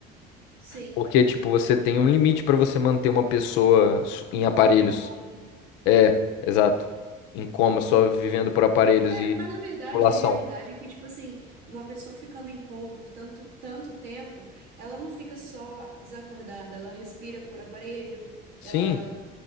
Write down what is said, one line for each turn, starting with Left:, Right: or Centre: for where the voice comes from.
Right: sim,
Left: Porque, tipo, você tem um limite pra você manter uma pessoa su- em aparelhos.
Right: em coma, né?
Left: É, exato. Em coma, só vivendo por aparelhos
Right: É,
Left: e
Right: mas na verdade,
Left: tubulação.
Right: a realidade é que, tipo assim, uma pessoa ficando em coma por tanto, tanto tempo, ela não fica só desacordada, ela respira por aparelho,
Left: Sim,
Right: ela...